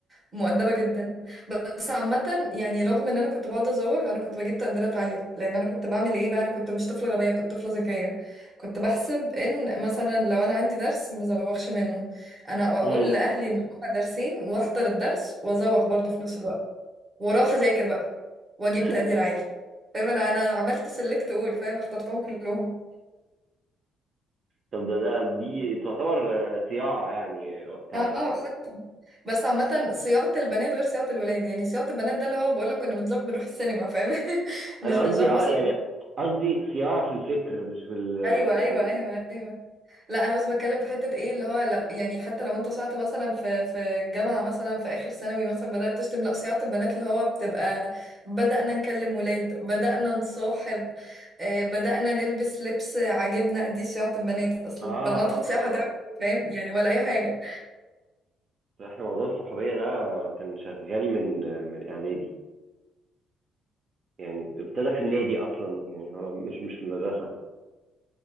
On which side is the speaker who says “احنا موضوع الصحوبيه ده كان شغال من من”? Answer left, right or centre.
Right